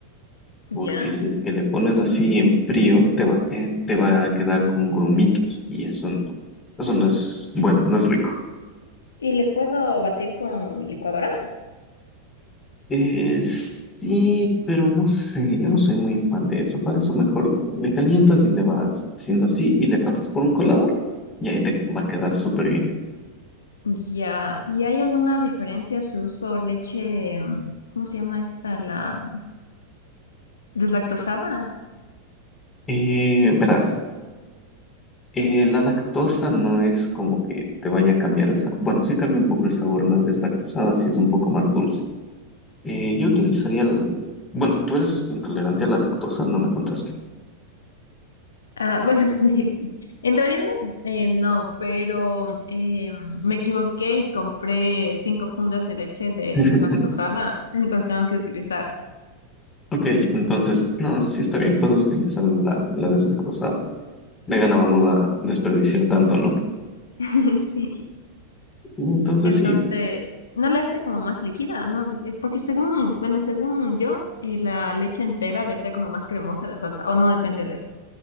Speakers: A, on the left; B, on the left.
A: porque
B: Ya.
A: si es que le pones así en frío, te va a, que- te va a quedar con grumitos y eso, no- eso no es bueno, no es rico.
B: ¿Y le puedo batir con licuadora?
A: Eh, sí, pero no sé, yo no soy muy fan de eso. Para eso mejor le calientas y le vas haciendo así y le pasas por un colador y ahí te va a quedar súper bien.
B: Ya, ¿y hay alguna diferencia si uso leche, mm, ¿cómo se llama esta? La mm, deslactosada.
A: Eh, verás, eh, la lactosa no es como que te vaya a cambiar el sabor. Bueno, sí cambia un poco el sabor, la deslactosada sí es un poco más dulce. Eh, yo utilizaría el... Bueno, tú eres intolerante a la lactosa, no me contaste.
B: Ah, bueno, <laughs> en realidad eh, no, pero mm, eh, me equivoqué y compré cinco fundas de leche de
A: <laughs>
B: deslactosada, <laughs> entonces tengo que utilizarlas.
A: Ok, entonces, no, sí está bien, puedes utilizar la, la deslactosada. Vegana, vamos a desperdiciar tanto, ¿no?
B: <laughs> Sí.
A: Entonces
B: Entonces,
A: sí,
B: no le hace como más líquida, ¿no? Eh, Porque según, bueno, según yo, eh, la leche entera le hace como más cremosa la salsa, o no depende de eso.